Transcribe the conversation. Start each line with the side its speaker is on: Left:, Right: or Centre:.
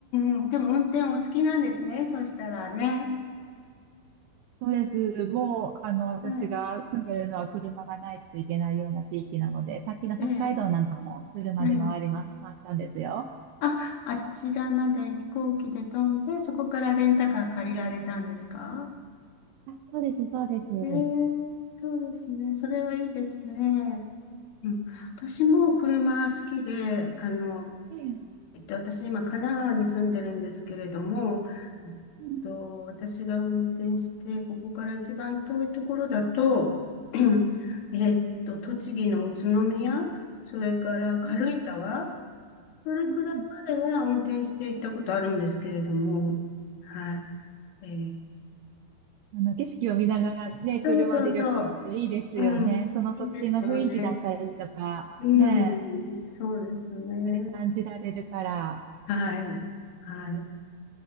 Left: うんうん。でも運転お好きなんですね。そしたらね。
Right: そうです。もう、あの、私が住んでるのは車がないといけないような地域なので、
Left: はい。
Right: さっきの北海道なんかも車で回りま、
Left: ええ、はい。
Right: 回ったんですよ。
Left: あ、あちらまで飛行機で飛んで、そこからレンタカー借りられたんですか
Right: あ、そうです、そうです。<laughs>
Left: ええそうですね。それはいいですね。うん。私も車好きで、あの、
Right: ええ、
Left: えっと、私今神奈川に住んでるんですけれども、えっ
Right: うん
Left: と、私が運転して、ここから一番遠いところだと、<clears throat> えっと、栃木の宇都宮、それから軽井沢、
Right: うん
Left: それくらいまでは運転して行ったことあるんですけれども、
Right: うん
Left: はい。えー
Right: あの、景色を見ながらね、車で旅行っていいですよね。
Left: そうそうそう。うん。
Right: その土地の雰囲気だったりとか、
Left: いいですよね。うん。
Right: ね
Left: そうですね。
Right: ぱり感じられるから、
Left: はい。はい。